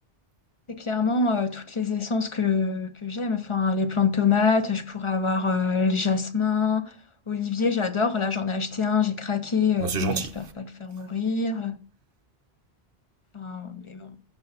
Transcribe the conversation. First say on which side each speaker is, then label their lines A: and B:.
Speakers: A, on the left; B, on the right.
A: C'est clairement euh, toutes les essences que, que j'aime. Enfin, les plantes tomates, je pourrais avoir euh, les jasmins, olivier, j'adore. Là, j'en ai acheté un, j'ai craqué. euh,
B: Bah, c'est
A: bon,
B: gentil.
A: j'espère pas le faire mourir. Enfin, mais bon,